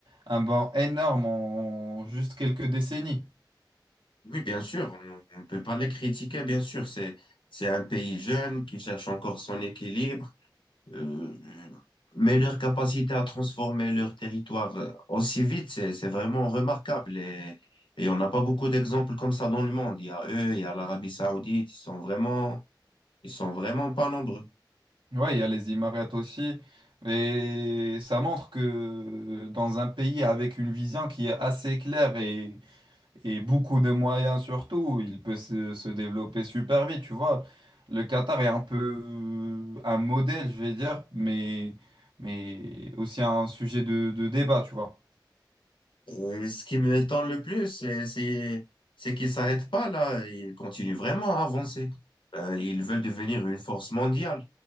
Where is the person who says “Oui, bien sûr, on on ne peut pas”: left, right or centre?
Left